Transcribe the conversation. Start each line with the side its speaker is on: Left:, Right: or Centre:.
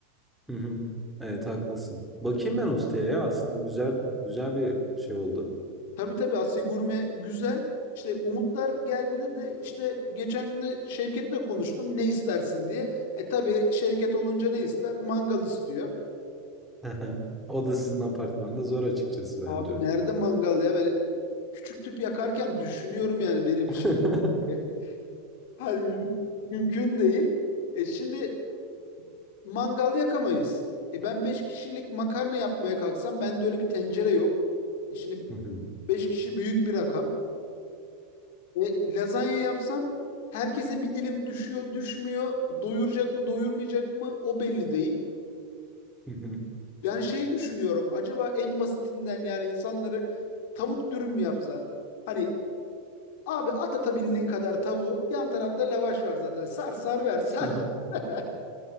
Centre: Hı hı. Evet haklısın. Bakayım ben o siteye ya. Aslında güzel güzel bir şey oldu.
Left: Tabii tabii Asya Gurme güzel. İşte Umutlar geldiğinde de işte geçen gün de Şevket'le konuştum ne istersin diye. E tabii Şevket olunca ne ister? Mangal istiyor.
Centre: <laughs> O da sizin apartmanda zor açıkçası bence.
Left: Abi nerede mangal ya? Ben küçük tüp yakarken düşünüyorum yani biri
Centre: <laughs>
Left: bir şey. diye. <laughs> Halbuki mümkün değil. E şimdi mangal yakamayız. E ben 5 kişilik makarna yapmaya kalksam bende öyle bir tencere yok. E şimdi
Centre: Hı hı,
Left: 5 kişi büyük bir rakam. E lazanya yapsam herkese bir dilim düşüyor, düşmüyor. Doyuracak mı, doyurmayacak mı o belli değil.
Centre: hı
Left: Yani şey düşünüyorum. Acaba en basitinden yani insanları tavuk dürüm mü yapsan? Hani Abi at atabildiğin kadar tavuğu. Yan tarafta lavaş var zaten. Sar sar ver sar.
Centre: hı. <laughs>
Left: <laughs>